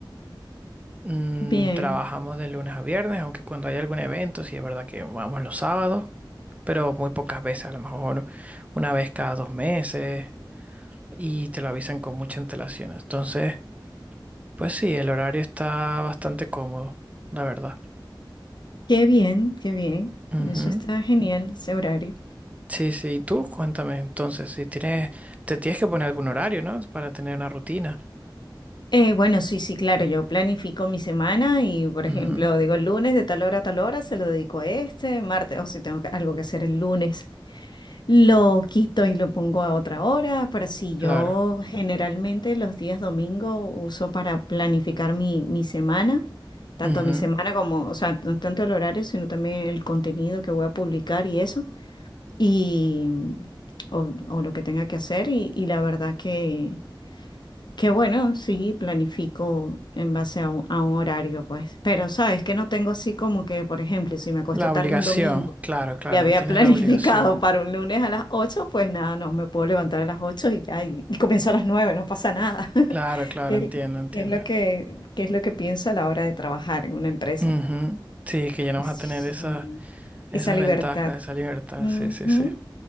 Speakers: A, on the right (about 15°); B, on the left (about 60°).
A: Mm,
B: Bien,
A: trabajamos de lunes a viernes, aunque cuando hay algún evento, sí es verdad que vamos los sábados. pero muy pocas veces, a lo mejor una vez cada dos meses y te lo avisan con mucha antelación. Entonces, pues sí, el horario está bastante cómodo, la verdad.
B: qué bien, qué bien.
A: Ujú.
B: Eso está genial, ese horario.
A: Sí, sí, y tú cuéntame entonces, si tienes, te tienes que poner algún horario, ¿no? Para tener una rutina.
B: Eh, bueno, sí, sí, claro, yo planifico mi semana y, por
A: Ujú,
B: ejemplo, digo el lunes de tal hora a tal hora, se lo dedico a este, martes, o si tengo que- algo que hacer el lunes, lo quito y lo pongo a otra hora, pero sí,
A: Claro.
B: yo generalmente los días domingo uso para planificar mi, mi semana, tanto
A: Ujú.
B: mi semana como, o sea, no tanto el horario, sino también el contenido que voy a publicar y eso. y, o, o lo que tenga que hacer y, y la verdad que, que bueno, sí, planifico en base a un, a un horario, pues, pero sabes que no tengo así como que, por ejemplo, si me acuesto
A: La
B: tarde
A: obligación,
B: un domingo
A: claro, claro,
B: y había
A: no tienes
B: <laughs> planificado
A: la obligación.
B: para un lunes a las 8 pues nada, no me puedo levantar a las 8 y ya, y, y comienzo a las 9 no pasa nada. <laughs>
A: Claro, claro,
B: ¿Qué,
A: entiendo, entiendo.
B: qué es lo que, qué es lo que pienso a la hora de trabajar en una empresa?
A: Ujú. Sí, que ya no vas
B: Sí,
A: a tener esa, esas
B: esa libertad.
A: ventajas, esa libertad,
B: Ujú.
A: sí, sí, sí.